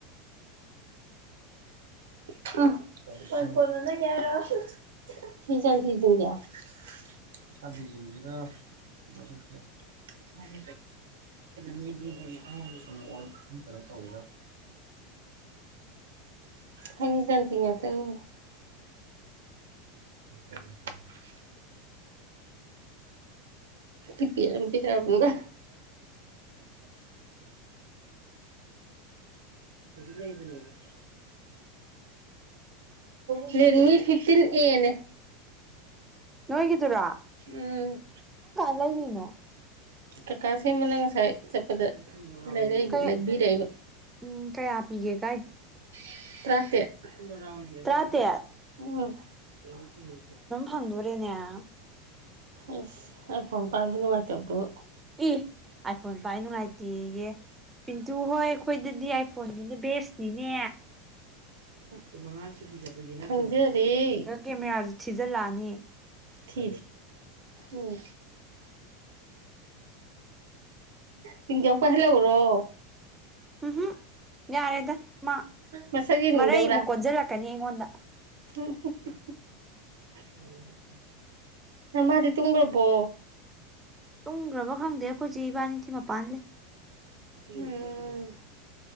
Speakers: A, on the right; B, on the right.
A: <inaudible>
B: ꯎ ꯊ ꯆ ꯊꯁꯤꯡꯒ <unintelligible>
A: <unintelligible>
B: ꯁꯥꯇꯤꯁꯤꯡꯁꯤꯔ ꯩꯁꯥꯨꯝꯟ ꯃꯤꯗꯤ ꯁꯨꯝ ꯁꯨꯝ ꯀꯩꯅꯣ ꯇꯧꯋꯔ ꯍꯥꯏ ꯆꯗꯤ ꯇꯅꯤ ꯎ ꯇꯄꯤꯤ ꯂꯝ ꯄꯤꯔꯕꯗ <unintelligible> <unintelligible> ꯐꯤꯅꯤ ꯐꯤꯞꯇꯤꯟ ꯑꯦꯅꯦ
A: ꯅꯣꯏꯒꯤꯗꯨꯔꯥ
B: ꯎꯝ
A: ꯂꯩꯉꯅꯣ
B: ꯀꯀꯥ ꯁꯦꯝꯕꯅ ꯉꯁꯥꯏ ꯆꯠꯄꯗ ꯂꯩꯔꯛꯏꯕ
A: ꯀꯩ
B: ꯂꯩꯕꯤꯔꯛꯏꯕ
A: ꯎꯝ ꯀꯌꯥ ꯄꯤꯒꯦ ꯀꯥꯏ
B: ꯇꯔꯥ ꯇꯔꯦꯠ
A: ꯇꯔꯥꯇꯦꯠ
B: ꯎꯟ
A: ꯍꯪꯗꯣꯔꯦꯅꯦ
B: ꯑꯁ ꯑꯩꯥ ꯐꯣꯟ ꯄꯥꯏꯕꯁꯨ ꯅꯨꯡꯉꯥꯏꯇꯕꯗꯨꯕꯨ
A: ꯑꯦ ꯑꯥꯏꯐꯣꯟ ꯑꯩ ꯅꯨꯡꯉꯥꯏꯇꯦꯌꯦ ꯄꯤꯟꯇꯨ ꯍꯣꯏ ꯑꯩꯈꯣꯏꯗꯗꯤ ꯑꯥꯏꯐꯣꯟꯅꯤꯅꯥ ꯕꯦꯁꯅꯤꯅꯦ
B: ꯀꯨꯟ ꯃꯉꯥ ꯁꯤꯀꯤ ꯆꯠꯄꯖꯤꯅ ꯈꯪꯖꯥꯔꯦ
A: ꯀꯦꯃꯦꯔꯥꯁꯨꯦ ꯊꯤꯖꯤꯜꯂꯛꯑꯅꯤ
B: ꯊ ꯎꯝ ꯄꯤꯡꯖꯥꯎ ꯄꯨꯍꯟꯂꯛꯎꯔꯣ
A: ꯎꯝꯍꯨꯝ ꯌꯥꯔꯦꯗ ꯃꯥ
B: ꯃꯁꯛ ꯌꯦꯡꯅꯤꯡꯗꯕ꯭ꯔꯥ
A: ꯃꯔꯩ ꯑꯃꯨꯛ ꯀꯣꯟꯁꯤꯜꯂꯛꯀꯅꯤ ꯑꯩꯉꯣꯟꯗ
B: ꯑ ꯍꯝ ꯍꯝ ꯎꯝ ꯅ ꯃꯥꯗꯤ ꯇꯨꯡꯈ꯭ꯔꯕꯣ
A: ꯇꯨꯡꯈ꯭ꯔꯕ ꯈꯪꯗꯦ ꯑꯩꯈꯣꯏꯆꯦ ꯏꯕꯥꯅꯤꯗꯤ ꯃꯄꯥꯟ ꯂꯩ
B: ꯎꯝ